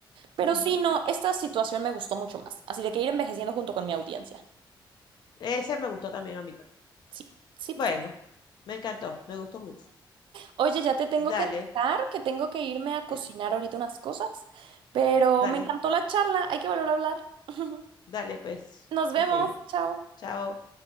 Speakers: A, on the right; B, on the left.
A: Pero
B: ujú.
A: sí, no, esta situación me gustó mucho más. Así de que ir envejeciendo junto con mi audiencia.
B: Ese me gustó también a mí también.
A: Sí, sí,
B: Bueno,
A: sí.
B: me encantó, me gustó mucho.
A: Oye, ya te tengo
B: Dale,
A: que dejar, que tengo que irme a cocinar
B: eh,
A: ahorita unas cosas, pero
B: dale,
A: me encantó la charla, hay que volver a hablar. <laughs>
B: dale, pues.
A: Nos vemos,
B: Ok,
A: chao.
B: chao.